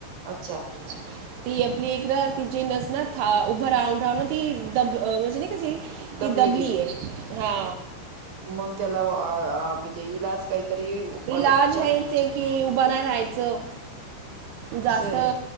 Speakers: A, on the right (about 65°); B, on the right (about 80°).
A: अच्छा.
B: छह. ती आपली एक ना तिची नस ना था उभं राहून राहून ती दब म्हणजे नाही का ती
A: दबले
B: ती दाबलीये, हा.
A: म त्याला अ आ म्हणजे इलाज काहीतरी उपाय
B: इलाज
A: उपचार?
B: हेच आहे की उभं नाही राहायचं, जास्त
A: असं आहे